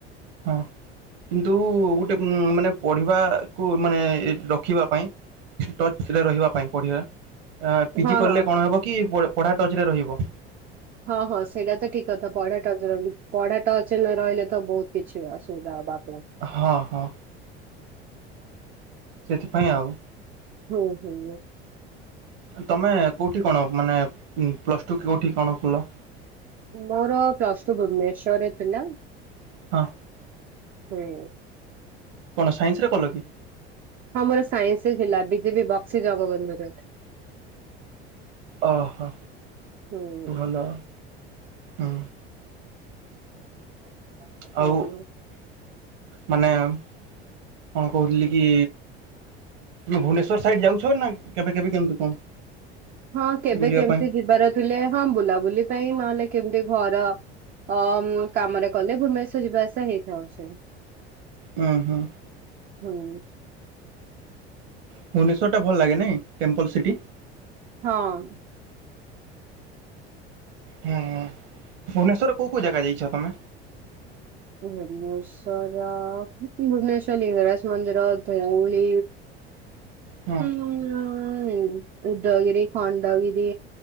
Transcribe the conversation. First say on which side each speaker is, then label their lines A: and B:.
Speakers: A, on the right (about 55°); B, on the right (about 30°).
A: ହଁ କିନ୍ତୁ ଗୋଟେ ଉ ମାନେ ପଢିବାକୁୁ ମାନେ ରଖିବା ପାଇଁ ଟଚ୍ ରେ ରହିବା ପାଇଁ ପଢିବା। ପିଜି
B: ହଁ
A: କିଲେ
B: ହଁ
A: କଣ ହବ କି ପଢା ଟଚ୍ ରେ ରହିବ।
B: ହଁ ହଁ ସେଇଟା ତ ଠିକ କଥା ପଢା ଟଚ୍ ପଢା ଟଚ୍ ନ ରହିଲେ ତ ବହୁତ କିଛି ଅସୁବିଧା ହବ ଆପ
A: ହଁ ହଁ ସେଥିପାଇଁ ଆଉ
B: ହୁଁ ହୁଁ
A: ତମେ କୋଉଠି କଣ ମାନେ ପ୍ଲସ ଟୁ କୋଉଠି କଣ କଲ?
B: ମୋର ପ୍ଲଷ୍ଟୁ ଭୁବ୍ନେଶ୍ୱର୍ ରେ ଥିଲା।
A: ହଁ
B: ହୁଁ
A: କଣ ସାଇନ୍ସ ରେ କଲ କି?
B: ହଁ ମୋର ସାଇନ୍ସ ଥିଲା ବିଜେପି ବକ୍ସି ଜଗବନ୍ଧୁ ରେ।
A: ଓହୋ!
B: ହୁଁ।
A: ଭଲ ହୁଁ
B: <inaudible> ହଁ
A: ଆଉ ମାନେ କଣ କହୁଥିଲି କି ମୁଁ କହିଲି ଭୁବନେଶ୍ବର ସାଇଡ୍ ଯାଉଛ ନା କେବେକେବେ କେମିତି କଣ?
B: ହଁ କେବେ
A: ବୁଲିବା
B: କେମିତି
A: ପାଇଁ
B: ଯିବାର ଥିଲେ ହଁ ବୁଲାବୁଲି ପାଇଁ ନହେଲେ କେମତି ଘର ଅ କାମରେ କଲେ ଭୁବନେଶ୍ଵର ଯିବା ଆସିବା ହେଇଥାଉଛି
A: ହୁଁ ହୁଁ
B: ହୁଁ
A: ଭୁବ୍ନେଶ୍ୱରଟା ଭଲ ଲାଗେ ନାଇ ଟେମ୍ପୁଲ୍ ସିଟି
B: ହଁ
A: ହୁଁ ଭୁବନେଶ୍ୱରରେ କୋଉ କୋଉ ଜାଗା ଯାଇଛ ତମେ?
B: ଭୁବନେଶ୍ୱର ଭୁବନେଶ୍ୱର ଲିଙ୍ଗରାଜ ମନ୍ଦିର, ଧଉଳି
A: ହଁ
B: ହୁଁ ଉଦ୍ଦଗିରି, ଖଣ୍ଡଗିରି